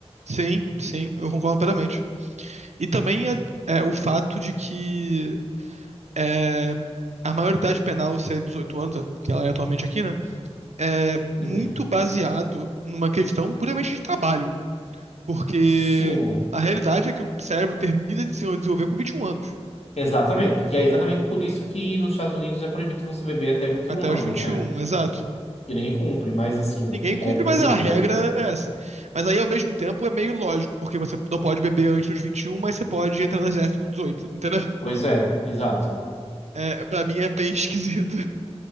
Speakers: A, on the right; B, on the left.
A: sim, sim, eu concordo plenamente. E também é, é o fato de que é, a maioridade penal ser 18 anos, que ela é atualmente aqui, né? É
B: Uhum.
A: muito baseado numa questão puramente de trabalho. Porque
B: Sim,
A: a realidade é que o cérebro termina de se desenvolver com 21 anos.
B: exatamente. Que é exatamente por isso que nos Estados Unidos é proibido você beber até vinte
A: Até
B: e um
A: os
B: anos,
A: vinte
B: né?
A: e um, exato.
B: Que ninguém cumpre, mas assim,
A: Ninguém
B: é
A: cumpre,
B: proibido.
A: mas a regra é essa. Mas aí, ao mesmo tempo, é meio lógico, porque você não pode beber antes dos 21, mas você pode entrar no exército com 18. entendeu?
B: Pois é, exato,
A: É, pra mim é bem <laughs> esquisito.